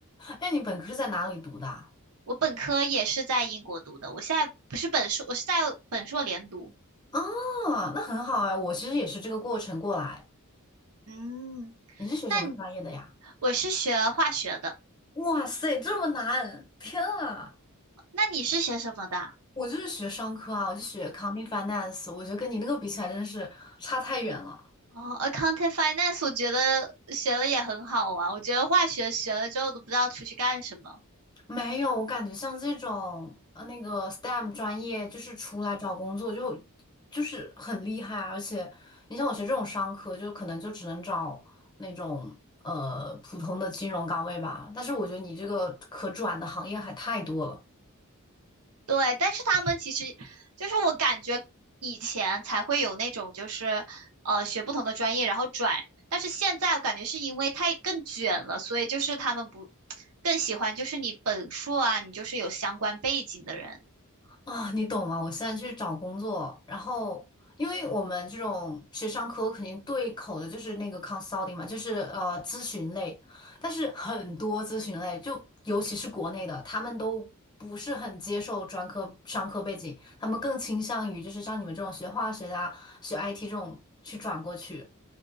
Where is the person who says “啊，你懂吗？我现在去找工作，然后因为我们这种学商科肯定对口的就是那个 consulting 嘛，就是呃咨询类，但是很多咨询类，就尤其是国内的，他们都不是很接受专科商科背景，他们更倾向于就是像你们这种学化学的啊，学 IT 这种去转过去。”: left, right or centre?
Left